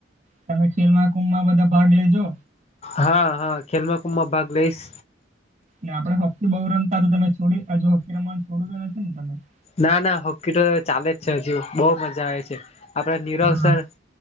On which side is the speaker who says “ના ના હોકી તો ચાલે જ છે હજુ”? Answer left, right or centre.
Left